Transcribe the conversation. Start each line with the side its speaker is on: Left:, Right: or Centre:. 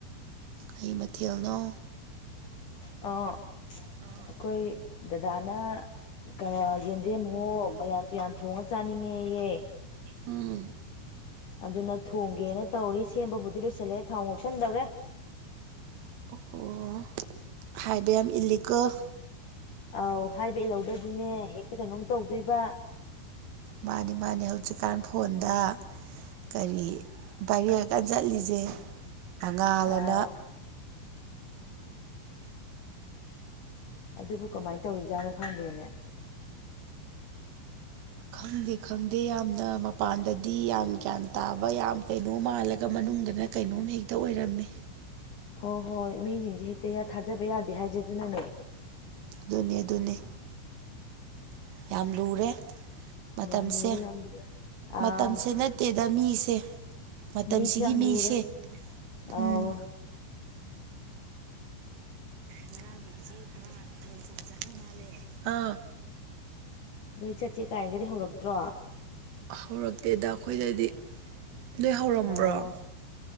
Right: ꯀꯩ ꯃꯊꯦꯜꯅꯣ꯫
Left: ꯑ꯫
Right: ꯑ꯫
Left: ꯑꯩꯈꯣꯏ ꯗꯗꯥꯅ ꯀꯌ ꯌꯦꯟꯗꯦꯝ ꯋꯣ ꯃꯌꯥꯟ ꯇꯨꯌꯥꯟ꯫ ꯊꯣꯡꯉ ꯆꯥꯅꯤꯡꯉꯦꯌꯦ꯫
Right: ꯎꯝ
Left: ꯑꯗꯨꯅ ꯊꯣꯡꯒꯦꯅ ꯇꯧꯔꯤ ꯁꯦꯝꯕꯕꯨꯗꯤ ꯂꯣꯏꯁꯤꯜꯂꯦ ꯊꯥꯎ ꯉꯧꯁꯟꯗꯧꯔꯦ
Right: ꯑꯣ ꯍꯥꯏꯕ ꯌꯥꯝ ꯏꯂꯤꯒꯜ
Left: ꯑꯥꯎ ꯍꯥꯏꯕ ꯏꯜꯍꯧꯗꯗꯤꯅꯦ ꯍꯦꯛꯇ ꯀꯩꯅꯣꯝ ꯇꯧꯗꯣꯏꯕ
Right: ꯃꯥꯅꯤ ꯃꯥꯅꯤ ꯍꯧꯖꯤꯛꯀꯥꯟ ꯐꯣꯟꯗ ꯀꯔꯤ ꯄꯥꯏꯔꯦꯡꯑꯀꯥꯟ ꯆꯠꯂꯤꯁꯦ ꯃꯉꯥꯜ
Left: ꯑꯥꯎ
Right: ꯑꯅ
Left: ꯑꯗꯨꯕꯨ ꯀꯃꯥꯏꯅ ꯇꯧꯔꯤꯖꯥꯠꯅꯣ ꯈꯪꯗꯦꯅꯦ
Right: ꯈꯪꯗꯦ ꯈꯪꯗꯦ ꯌꯥꯝꯅ ꯃꯄꯥꯟꯗꯗꯤ ꯌꯥꯝ ꯒ꯭ꯌꯥꯟ ꯇꯥꯕ ꯌꯥꯝ ꯀꯩꯅꯣ ꯃꯥꯜꯂꯒ ꯃꯅꯨꯡꯗꯅ ꯀꯩꯅꯣꯝ ꯍꯦꯛꯇ ꯑꯣꯏꯔꯝꯃꯤ
Left: ꯍꯣꯏ ꯍꯣꯏ ꯃꯤꯁꯤꯡꯁꯦ ꯍꯦꯛꯇ ꯊꯥꯖꯕ ꯌꯥꯗꯦ ꯍꯥꯏꯖꯩ ꯑꯗꯨꯅꯅꯦ꯫
Right: ꯑꯗꯨꯅꯦ ꯑꯗꯨꯅꯦ꯫ ꯌꯥꯝ ꯂꯨꯔꯦ ꯃꯇꯝꯁꯦ
Left: ꯌꯥꯝ ꯂꯨꯔꯦ ꯌꯥꯝ ꯂꯨꯔꯦ
Right: ꯃꯇꯝꯁꯤꯅ꯫
Left: ꯑꯥ
Right: ꯇꯦꯗ ꯃꯤꯁꯦ ꯃꯇꯝꯁꯤꯒꯤ
Left: ꯃꯤꯁꯦ ꯌꯥꯝ
Right: ꯃꯤꯁꯦ
Left: ꯂꯨꯔꯦ
Right: ꯎꯝ꯫
Left: ꯑꯧ
Right: ꯉꯔꯥꯡꯗꯤ ꯏꯆꯦ ꯈꯔ ꯊꯨꯝꯆꯥꯕ ꯆꯠꯅ ꯃꯥꯜꯂꯦ ꯑ꯫
Left: ꯅꯣꯏ ꯆꯠꯁꯦ ꯀꯥꯏꯒꯗꯤ ꯍꯧꯔꯛꯇ꯭ꯔꯣ꯫
Right: ꯍꯧꯔꯛꯇꯦꯗ ꯑꯩꯈꯣꯏꯗꯗꯤ꯫ ꯅꯣꯏ ꯍꯧꯔꯝꯕ꯭ꯔꯣ
Left: ꯑꯣ
Right: ꯑ